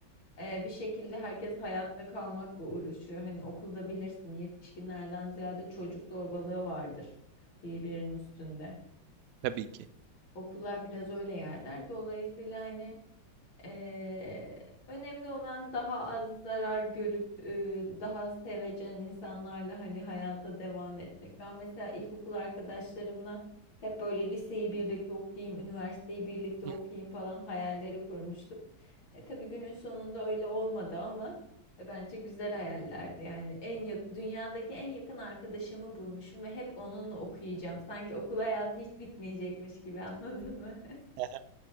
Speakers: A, on the left (about 80°); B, on the right (about 70°).
A: E, bir şekilde herkes hayatta kalmakla uğraşıyor. Hani okulda bilirsin yetişkinlerden ziyade çocuk zorbalığı vardır birbirinin üstünde.
B: Tabii ki.
A: Okullar biraz öyle yerler. Dolayısıyla hani Eee, önemli olan daha az zarar görüp eee, daha sevecen insanlarla hani hayata devam etmek. Ben mesela ilkokul arkadaşlarımla hep böyle liseyi birlikte okuyayım, üniversiteyi birlikte
B: Hı,
A: okuyayım falan hayalleri kurmuştum. E tabii günün sonunda öyle olmadı ama bence güzel hayallerdi. Yani en yak- dünyadaki en yakın arkadaşımı bulmuşum ve hep onunla okuyacağım. Sanki okul hayatı hiç bitmeyecekmiş gibi anladın mı?
B: he